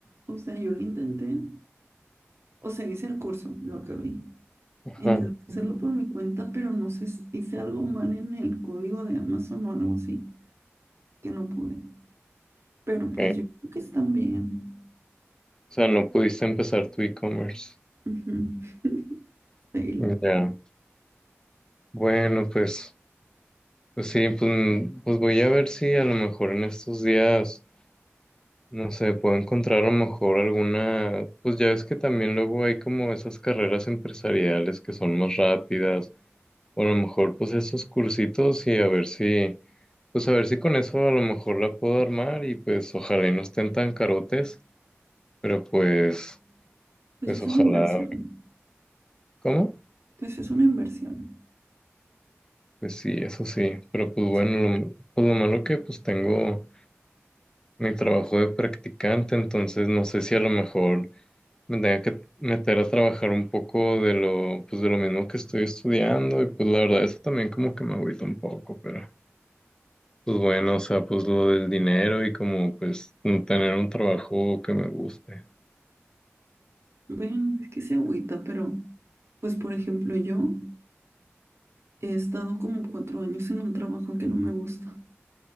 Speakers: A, on the right; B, on the left.
A: o sea, yo lo intenté, o sea, hice el curso, lo acabé,
B: Ajá,
A: intenté hacerlo por mi cuenta, pero no sé, si hice algo mal en el código de Amazon o algo así, que no pude, pero
B: ok.
A: pues yo creo que están bien.
B: O sea, no pudiste empezar tu e-commerce.
A: Ujú. <laughs> Sí,
B: Ya. Bueno, pues, pues sí, pues, mm, pues voy a ver si a lo mejor en estos días. No sé, puedo encontrar a lo mejor alguna, pues ya ves que también luego hay como esas carreras empresariales que son más rápidas, o a lo mejor pues esos cursitos y a ver si, pues a ver si con eso a lo mejor la puedo armar y pues ojalá y no estén tan carotes, pero pues,
A: pues
B: pues
A: es
B: ojalá,
A: una inversión,
B: ¿cómo?
A: pues es una inversión.
B: Pues sí, eso sí, pero
A: O
B: pues bueno,
A: sea,
B: lo, pues lo malo que pues tengo mi trabajo de practicante, entonces no sé si a lo mejor... me tenía que meter a trabajar un poco de lo, pues de lo mismo que estoy estudiando y pues la verdad eso también como que me agüita un poco, pero pues bueno, o sea, pues lo del dinero y como pues tener un trabajo que me guste,
A: bueno, es que se agüita, pero pues por ejemplo yo he estado como cuatro años en un trabajo que no me gusta.